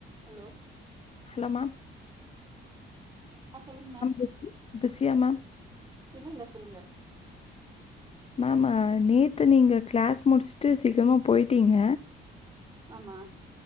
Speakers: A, on the right; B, on the left.
A: ஹலோ
B: ஹலோமா
A: ஆஹ சொல்லுங்க மேம்
B: பிஸி பிஸியா மேம்
A: இல்ல இல்ல சொல்லுங்க
B: மேம் நேத்து நீங்க கிளாஸ் முடிச்சுட்டு சீக்கிரமா போயிட்டீங்க
A: ஆமா